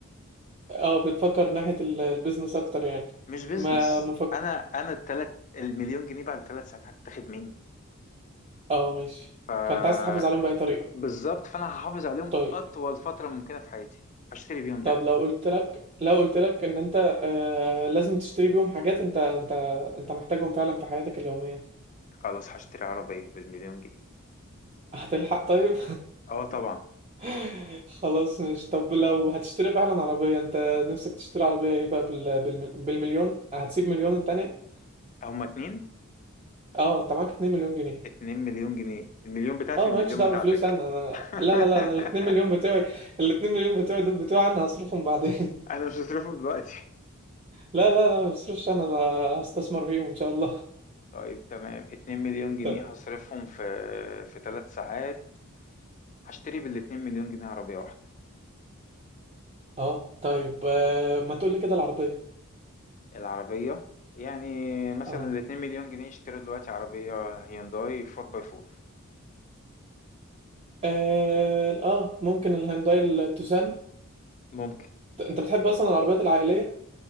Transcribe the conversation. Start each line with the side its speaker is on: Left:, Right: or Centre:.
Right: اه بتفكر ناحية ال- البيزنس اكتر يعني
Left: مش بيزنس
Right: ما مفك
Left: انا انا التلات المليون جنيه بعد 3 ساعات هتتاخد مني
Right: اه ماشي
Left: ف
Right: فانت عايز تحافظ عليهم بأي طريقة
Left: بالظبط فانا هحافظ عليهم
Right: طيب
Left: اطول فتره ممكنه في حياتي هشتري بيهم دهب
Right: طب لو قلت لك لو قلت لك ان انت آه لازم تشتري بيهم حاجات انت انت انت محتاجهم فعلا في حياتك اليومية
Left: خلاص هشتري عربيه بالمليون جنيه
Right: هتلحق طيب
Left: اه طبعا
Right: <laughs> خلاص ماشي طب لو هتشتري فعلا عربية انت نفسك تشتري عربية ايه بقى بال... بالم... بالمليون هتسيب مليون التانية
Left: هما اتنين
Right: اه انت معاك 2 مليون جنيه
Left: اتنين مليون جنيه المليون بتاعتي
Right: اه
Left: والمليون
Right: مالكش دعوه
Left: بتاعتك
Right: بفلوس انا انا
Left: <laughs>
Right: لا لا لا انا الاتنين مليون بتوعي الاتنين مليون بتوعي دول بتوعي انا هصرفهم بعدين <laughs>
Left: انا مش هصرفهم دلوقتي
Right: لا لا لا ما بصرفش انا ب- هستثمر فيهم ان شاء الله
Left: طيب تمام 2 مليون جنيه
Right: <laughs>
Left: هصرفهم
Right: طيب
Left: في في 3 ساعات هشتري بال 2 مليون جنيه عربية واحدة
Right: اه طيب آه ما تقول لي كده العربيه
Left: العربية يعني مثلا
Right: اه
Left: ال 2 مليون جنيه يشتروا دلوقتي عربية هيونداي 4 باي 4
Right: اه آه، ممكن الهيونداي التوسان
Left: ممكن
Right: ت- انت بتحب اصلا العربيات العائليه